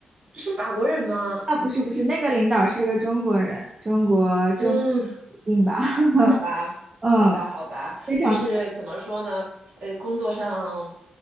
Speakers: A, on the right; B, on the right.
A: 是法国人吗？
B: 啊，不是不是，那个领导是个中国人，中国中国女性吧，
A: 嗯，好吧，
B: <laughs> 嗯，
A: 好吧，好吧，
B: 非常。
A: 就是怎么说呢？呃，工作上